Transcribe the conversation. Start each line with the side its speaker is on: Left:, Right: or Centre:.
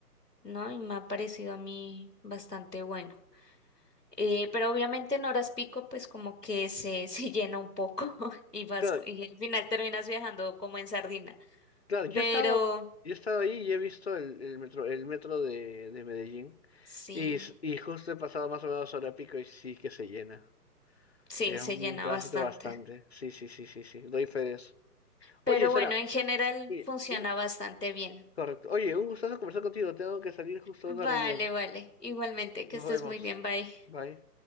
Centre: ¿no? Y me ha parecido a mí bastante bueno. Eh, pero obviamente en horas pico, pues como que se, <laughs> se llena un poco <laughs> y vas,
Left: Claro,
Centre: y al final terminas viajando como en sardina.
Left: claro, yo
Centre: Pero
Left: he estado, yo he estado ahí y he visto el, el metro, el metro de, de Medellín.
Centre: sí,
Left: Y, s- y justo he pasado más o menos hora pico y sí que se llena.
Centre: sí,
Left: Es
Centre: se
Left: un
Centre: llena
Left: tránsito
Centre: bastante.
Left: bastante. Sí, sí, sí, sí, sí. Doy fe de eso.
Centre: Pero
Left: Oye, Sara,
Centre: bueno, en general
Left: oye,
Centre: funciona
Left: un,
Centre: bastante bien.
Left: Correcto. Oye, un gustazo conversar contigo. Tengo que salir justo
Centre: Vale,
Left: a una reunión.
Centre: vale. Igualmente, que
Left: Nos
Centre: estés
Left: vemos.
Centre: muy bien. Bye.
Left: Bye.